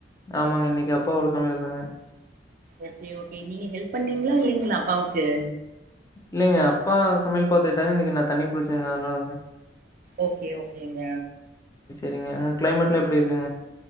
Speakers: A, on the left; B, on the right.
A: ஆமாங்க இன்னைக்கு அப்ப அப்பாவோட சமையல்தாங்க
B: ஓகே ஓகே நீங்க ஹெல்ப் பண்ணீங்களா இல்லைங்களா அப்பாவுக்கு
A: இல்லைங்க அப்பா சமையல் பாத்துகிட்டாங்க இன்னைக்கு நான் தண்ணி புடிச்சங்க அதனாலதாங்க
B: ஓகே ஓகேங்க
A: <unintelligible> கிளைமேட்டலாம் எப்டி இருக்குங்க